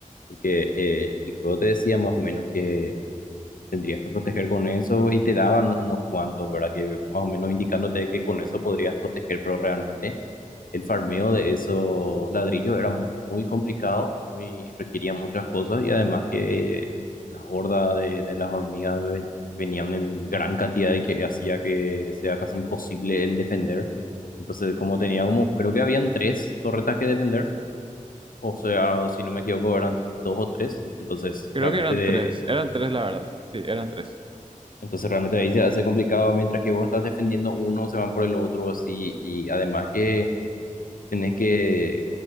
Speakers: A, on the left; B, on the right.
A: porque eh, el juego te decía más o menos que tendrías que proteger con eso y te daban unos cuantos, ¿verdad? Que más o menos indicándote que con eso podrías proteger, pero realmente el farmeo de esos ladrillos era muy complicado, muy, requería muchas cosas y además que la horda de, de las hormigas ven- venían en gran cantidad y que hacía que sea casi imposible el defender. Entonces, como tenía como, creo que habían tres torretas que defender, o sea, o si no me equivoco, eran dos o tres, entonces
B: creo
A: realmente
B: que eran
A: de,
B: tres, eran tres la verdad, sí, eran tres.
A: entonces realmente ahí se hace complicado mientras que vos estás defendiendo uno, se van por el otro así y además que tenés que